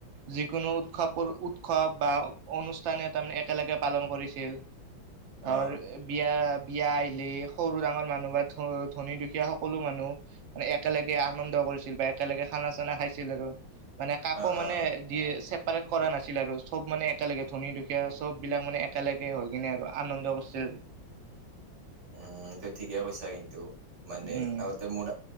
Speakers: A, on the right; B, on the right.
A: যিকোনো উৎসৱ উৎসৱ বা অনুষ্ঠানে তাৰমানে একেলগে পালন কৰিছিল। ধৰ
B: আহ
A: বিয়া বিয়া আহিলি সৰু ডাঙৰ মানুহ বা ধ ধনী দুখিয়া তেতিয়া সকলো মানুহ মানে একেলগে আনন্দ কৰিছিল বা একেলগে খানা চানা খাইছিল আৰু। মানে কাকো
B: আহ
A: মানে
B: আহ
A: দি চে চপাৰেট কৰা নাছিল আৰু চ'ব মানে একেলগে ধনী দুখীয়া চবিলাক মানে একেলগে হৈ কিনে, আৰু আনন্দ কৰিছিল।
B: অ' ত ই ঠিকেই কৈছা, কিন্তু মানে
A: উম
B: আগতে মোৰ